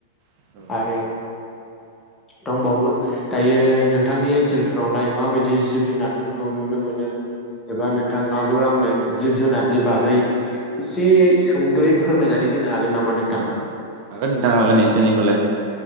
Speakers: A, on the right (about 50°); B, on the left (about 20°).
A: नोंथां औ
B: आरो दंबावो दायो नोंथांनि ओनसोलफ्रावलाय माबायदि जिब जुनारफोरखौ नुनो मोनो एबा नोंथाङाबो आंनो जिब जुनारनि बागै एसेयै सुंद'यै फोरमायनानै होनो हागोन नामा? नोंथां
A: हागोन नोंथां हागोन एसे एनैखौलाय